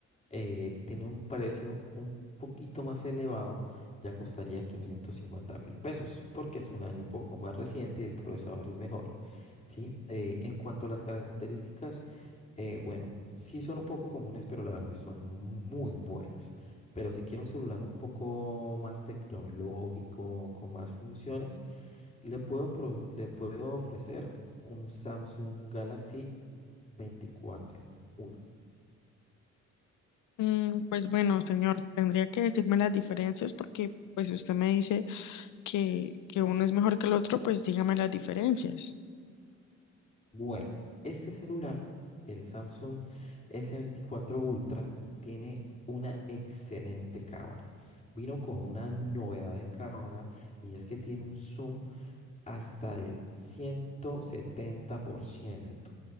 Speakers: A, on the left; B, on the left.
A: eh, tiene un precio un poquito más elevado, ya costaría quinientos cincuenta mil pesos, porque es un año un poco más reciente y el procesador es mejor, ¿sí? Eh, en cuanto a las características, eh, bueno, sí son un poco comunes, pero la verdad son muy buenas. Pero si quiero un celular un poco más tecnológico, con más funciones, le puedo, pro- le puedo ofrecer un Samsung Galaxy 24 Ultra.
B: Mm, pues bueno, señor, tendría que decirme las diferencias porque pues si usted me dice que, que uno es mejor que el otro, pues dígame las diferencias.
A: Bueno, este celular, el Samsung S24 Ultra, tiene una excelente cámara. Vino con una novedad en cámara y es que tiene un zoom hasta del 170%.